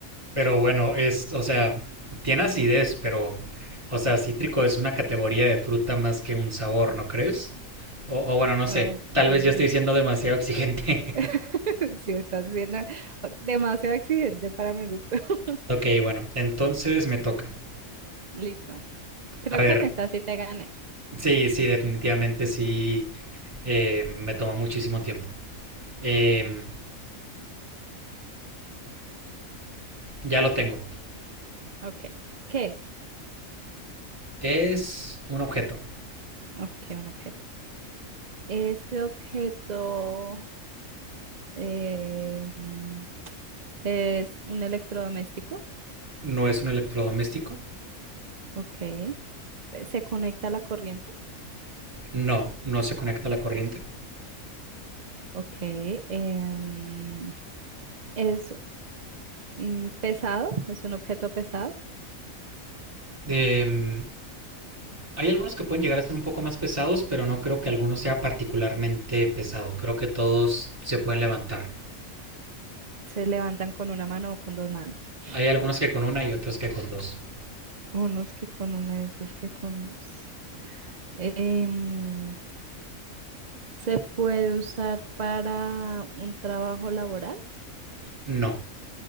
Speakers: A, on the right; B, on the right.
A: Pero bueno, es, o sea, tiene acidez, pero, o sea, cítrico es una categoría de fruta más que un sabor, ¿no crees? O, o bueno, no
B: <laughs>
A: sé, tal
B: Ok.
A: vez yo estoy siendo demasiado exigente.
B: <laughs>
A: <laughs>
B: Si estás siendo demasiado exigente para mi gusto. <laughs>
A: Ok, bueno, entonces me toca.
B: Listo. Creo
A: A ver,
B: que en esta sí te gané.
A: sí, sí, definitivamente sí, eh, me tomó muchísimo tiempo. Em, ya lo tengo.
B: Ok. ¿Qué es?
A: Es un objeto.
B: Ok, un objeto. Ese objeto em, es un electrodoméstico.
A: No es un electrodoméstico.
B: Ok. ¿Se conecta a la corriente?
A: No, no se conecta a la corriente.
B: Ok. Em, ¿es mm, pesado? ¿Es un objeto pesado?
A: Em, Hay algunos que pueden llegar a ser un poco más pesados, pero no creo que alguno sea particularmente pesado. Creo que todos se pueden levantar.
B: ¿Se levantan con una mano o con dos manos?
A: Hay algunos que con una y otros que con dos.
B: Unos que con una y otros que con dos. Em, ¿se puede usar para un trabajo laboral?
A: No.